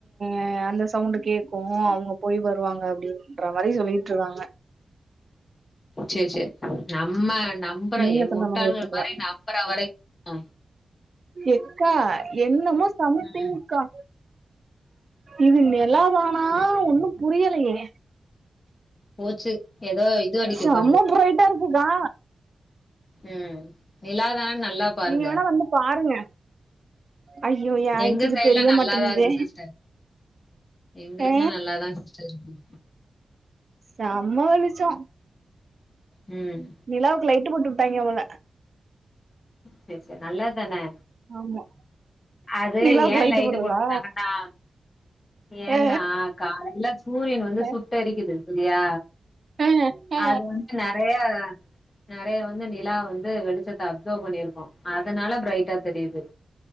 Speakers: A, on the right; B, on the left.
A: அ அந்த சவுண்டு் கேட்கு அவங்க போய் வருவாங்க அப்படின்ற மாரி சொல்லிட்டு இருக்காங்க
B: சேர் சேர் நம்ம நம்பற
A: நீங்க சொல்ற
B: முட்டாள்கள்
A: வச்சுக்கலா
B: மாரி நம்பற வரைக் ஆ
A: எக்கா என்னமோ சம்திங்க்கா
B: ம்.
A: இது நிலாவா
B: ம்
A: புரியலையே
B: போச்சு ஏதோ இது அடிக்க
A: செம
B: போறது.
A: பிரைட்டா இருக்குகா
B: ம் நிலாதான நல்லா பாருங்க.
A: நீங்க வேன்னா வந்து பாருங்க ஐயோ ஏ ஹைட்டுக்கு
B: எங்க சைட்ல
A: தெரிய
B: நல்லாதா
A: மாட்டேங்குதே
B: இருக்கு சிஸ்டர் எங்களுக்கல்லா
A: ஆ
B: நல்லாதா சிஸ்டர் <inaudible>
A: செம்ம வெலிச்சோ
B: ம்
A: நிலாவுக்கு லைட்டு போட்டு விட்டாங்க போல
B: சேர் சேர் நல்லது தானே
A: ஆமா
B: அது
A: நிலாவுக்கு
B: ஏ லைட்டு
A: போடுறதா
B: போட்டாங்கன்னா ஏன்னா
A: ஆ
B: காலையில சூரியன் வந்து
A: ஆ
B: சுட்டெரிக்குது சேரியா
A: ஆ ஆ
B: அது வந்து நெறைய நெறைய வந்து நிலா வந்து வெளிச்சத்த அப்சர்வ் பண்ணியிருக்கு அதனால பிரரைட்டா தெரியுது